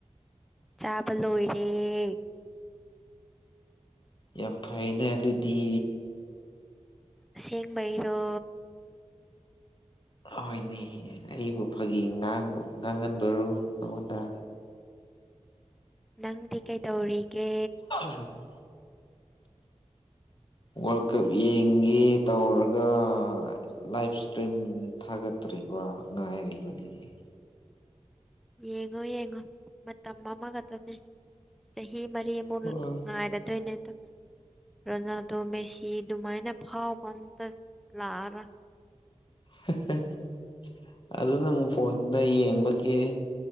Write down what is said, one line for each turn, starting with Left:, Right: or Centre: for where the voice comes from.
Centre: ꯆꯥꯕ ꯂꯣꯏꯔꯦ
Left: ꯌꯥꯝ ꯐꯩꯅꯦ ꯑꯗꯨꯗꯤ
Centre: ꯑꯁꯦꯡꯕꯩꯔꯣ
Left: ꯍꯣꯏꯅꯦ ꯑꯩꯕꯨ ꯐꯥꯒꯤ ꯉꯥꯡ ꯉꯥꯥꯡꯒꯟꯕ꯭ꯔꯣ ꯅꯉꯣꯟꯗ
Centre: ꯅꯪꯗꯤ ꯀꯩꯇꯧꯔꯤꯒꯦ
Left: <unintelligible> ꯋꯥꯔꯜ ꯀꯞ ꯌꯦꯡꯒꯦ ꯇꯧꯔꯒ ꯂꯥꯏꯐ ꯏꯁꯇ꯭ꯔꯤꯝ ꯊꯥꯒꯠꯇ꯭ꯔꯤꯕ ꯉꯥꯏꯔꯤꯕ <unintelligible>
Centre: ꯌꯦꯡꯉꯣ ꯌꯦꯡꯉꯣ ꯃꯇꯝ ꯑꯃꯈꯠꯇꯅꯦ ꯆꯍꯤ ꯃꯔꯤ ꯕꯣꯜ
Left: ꯎꯝ
Centre: ꯉꯥꯏꯔꯗꯣꯢꯅꯦ ꯑꯗꯨꯝ ꯔꯣꯅꯥꯜꯗꯣ ꯃꯦꯁꯤ ꯗꯨꯃꯥꯏꯅ ꯐꯥꯎꯕ ꯑꯝꯇ ꯂꯥꯛꯑꯔꯣꯢ
Left: <unintelligible> ꯑꯗꯨ ꯅꯪ ꯐꯣꯟꯗ ꯌꯦꯡꯕꯒꯤ